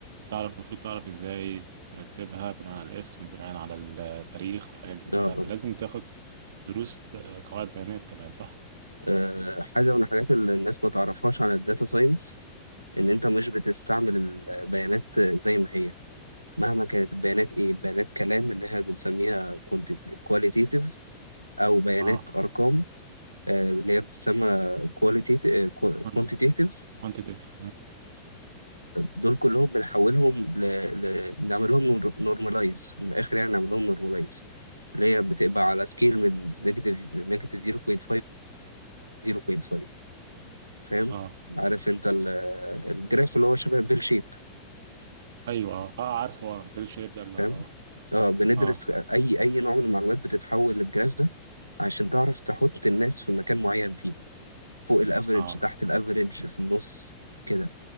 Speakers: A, on the right; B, on the right.
A: تعرف المفروض تعرف ازاي ترتبها بناء على الاسم بناء على التاريخ والحاجات دي كلها
B: اه
A: فلازم
B: اه
A: تاخد دروس قواعد بيانات كمان صح؟
B: آه، حاجه من الحاجات اللي الناس ما تعرفهاش عن الداتا ساينس ان انت مش بتستعمل البيانات زي ما هي مهما كانت البيانات ايه بيانات كلام اللي احنا بنسميها كواليتيتيف او بيانات
A: اه
B: ارقام آه، اللي هي بتسمى كواليتيتيف
A: كوانت
B: كوانتيتيف
A: كوانتيتيف
B: دول كلهم بنحولهم ل... ل... نعمل لهم نورماليز من الاخر يعني نعمل لهم نورماليز اللي هي بتبقى على سكيل من نيجاتيف نيجاتيف 0.5 ل 5 ل 0.5 فاهم
A: اه
B: عارف انت ال- الجراف اللي هو شبه بيل شيب
A: ايوه اه اه عارفه اه البيل شيب ده اللي-
B: فاهم اه بندرس
A: اه
B: اي اي نوع من المعلومات بتتحول للجراف ده عشان تعرف تحط الناس في مكان معين فيه فوق الافريج
A: اه
B: تحت الافريج في النص كده